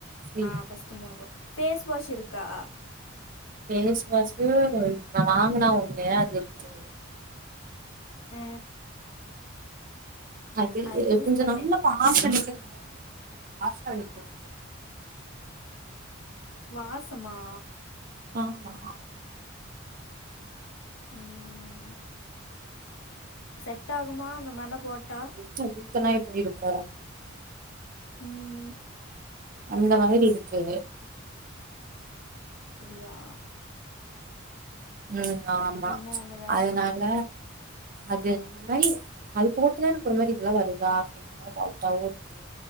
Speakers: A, on the right; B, on the left.
A: ஃப்ரீ
B: ஆ ஃபஸ்ட்டு மூணு போடு ஃபேஸ் வாஷ் இருக்கா
A: ஃபேஸ் வாஷு வாங்கனா ஒண்ணு அது இருக்கு
B: ஆ
A: அது
B: அதை யூஸ்
A: கொஞ்ச
B: பண்ணு
A: நல்ல வாஷ அளிக்கிறது வாஷ அளிக்கிறது
B: வாசமா
A: ஆமா
B: ம் செட் ஆகுமா இந்த மாரிலா போட்டா
A: வேத்து ஊத்தனா எப்டி இருக்கு
B: ம்
A: அந்த மாரி இருக்கு
B: அப்படியா
A: ம் ஆமா
B: இப்போ என்ன பண்ணுவ
A: அதனால அது எனக்கு முன்னாடி அது போட்டுதா எனக்கு ஒரு மாரி இதெல்லா வருதா அப்டி ஆனா டவுட்டாவு இருக்கு